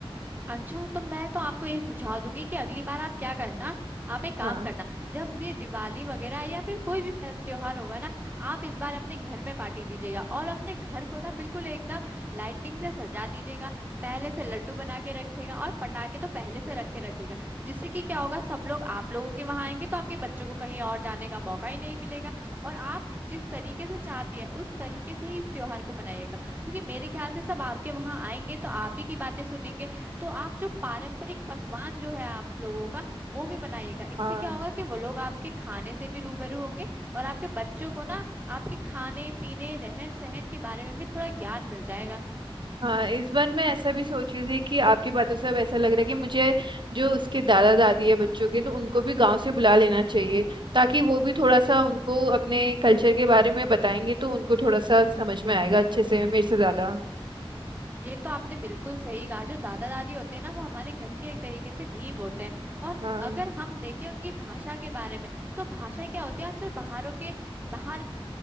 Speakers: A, on the right (about 20°); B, on the right (about 55°).
A: अच्छा तो मैं तो आपको ये सुझाव दूंगी कि अगली बार आप क्या करना आप एक काम
B: हाँ
A: करना जब ये दिवाली वगैरह या फिर कोई भी फे- त्योहार होगा ना आप इस बार अपने घर में पार्टी दीजिएगा और अपने घर को ना बिल्कुल एकदम लाइटनिंग से सजा दीजिएगा पहले से लड्डू बना के रखिएगा और पटाखे तो पहले से रख के रखिएगा जिससे कि क्या होगा सब लोग आप लोगों के वहां आएंगे तो आपके बच्चों को कहीं और जाने का मौका ही नहीं मिलेगा और आप जिस तरीके से चाहती है उस तरीके से ही इस त्योहार को बनाइएगा क्योंकि मेरे ख्याल से सब आपके वहां आएंगे तो आप ही की बातें सुनेंगे तो आप जो पारंपरिक पकवान जो है आप लोगों का वो भी बनाइएगा इससे
B: हाँ
A: क्या होगा कि वो लोग आपके खाने से भी रूबरू होंगे और आपके बच्चों को ना आपके खाने पीने रहन सहन के बारे में भी थोड़ा ज्ञान मिल जाएगा
B: हाँ इस बार मैं ऐसा भी सोच रही थी कि आपकी बातों से अब ऐसा लग रहा है कि मुझे जो उसके दादा दादी है बच्चों के तो उनको भी गांव से बुला लेना चाहिए ताकि वो भी थोड़ा सा उनको अपने कल्चर के बारे में बताएंगे तो उनको थोड़ा सा समझ में आएगा अच्छे से मेरे से ज्यादा
A: ये तो आपने बिल्कुल सही कहा जो दादा दादी होते हैं ना वो हमारे घर के एक तरीके से नींव होते हैं और
B: हाँ
A: अगर हम देखें उनकी भाषा के बारे में तो भाषा क्या होती है आजकल बाहरों के बाहर